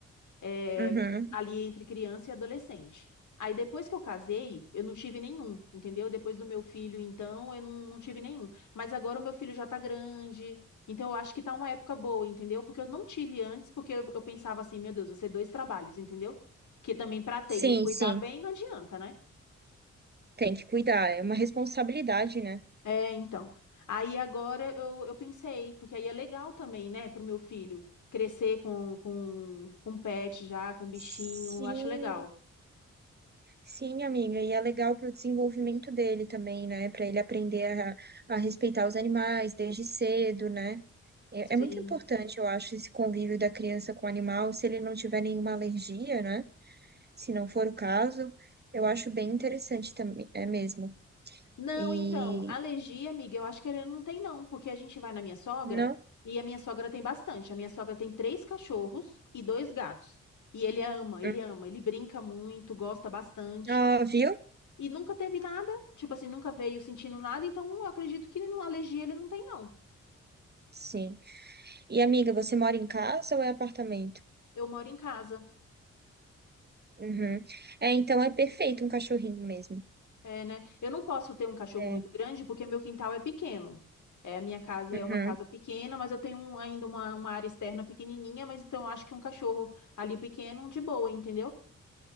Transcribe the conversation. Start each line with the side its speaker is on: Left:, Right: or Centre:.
Left: é,
Right: uhum.
Left: ali entre criança e adolescente. Aí depois que eu casei, eu não tive nenhum, entendeu? Depois do meu filho, então, eu não, não tive nenhum. Mas agora o meu filho já tá grande, então eu acho que tá uma época boa, entendeu? Porque eu não tive antes, porque eu, eu pensava assim, meu Deus, vou ser dois trabalhos, entendeu? Porque também pra ter
Right: Sim,
Left: e não cuidar
Right: sim.
Left: bem, não adianta, né?
Right: Tem que cuidar. É uma responsabilidade, né?
Left: É, então. Aí agora eu, eu pensei, porque aí é legal também, né, pro meu filho crescer com, com, com pet já, com bichinho,
Right: Sim,
Left: acho legal.
Right: sim, amiga. E é legal para o desenvolvimento dele também, né? Para ele aprender a, a respeitar os animais desde cedo, né? É,
Left: Sim.
Right: é muito importante, eu acho, esse convívio da criança com o animal, se ele não tiver nenhuma alergia, né? Se não for o caso, eu acho bem interessante também, é mesmo.
Left: Não,
Right: E
Left: então, alergia, amiga, eu acho que ele não tem, não, porque a gente vai na minha sogra
Right: não?
Left: e a minha sogra tem bastante. A minha sogra tem três cachorros e dois gatos. E ele ama, ele
Right: Hum.
Left: ama, ele brinca muito, gosta bastante.
Right: Ah, viu?
Left: E nunca teve nada, tipo assim, nunca veio sentindo nada, então eu acredito que ele não- alergia ele não tem, não.
Right: Sim. E amiga, você mora em casa ou é apartamento?
Left: Eu moro em casa.
Right: Uhum. É, então é perfeito um cachorrinho mesmo.
Left: É, né? Eu não posso ter um cachorro
Right: É.
Left: muito grande porque meu quintal é pequeno. É, a minha casa
Right: Uhum.
Left: é uma casa pequena, mas eu tenho um- ainda uma, uma área externa pequenininha, mas então eu acho que um cachorro ali pequeno, de boa, entendeu?